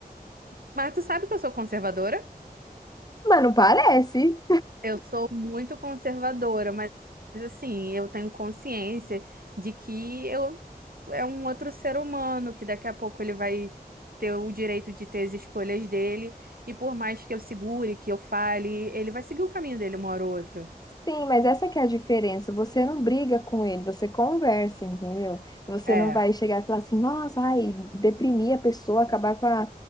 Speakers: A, on the right; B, on the left.
A: Mas tu sabe que eu sou conservadora?
B: Mas não parece.
A: Eu sou muito conservadora, mas mas, assim, eu tenho consciência de que eu é um outro ser humano, que daqui a pouco ele vai ter o direito de ter as escolhas dele, e por mais que eu segure, que eu fale, ele vai seguir o caminho dele uma hora ou outra.
B: Sim, mas essa que é a diferença. Você não briga com ele, você conversa, entendeu? Você
A: É.
B: não vai chegar e falar assim, nossa, ai, deprimir a pessoa, acabar com a,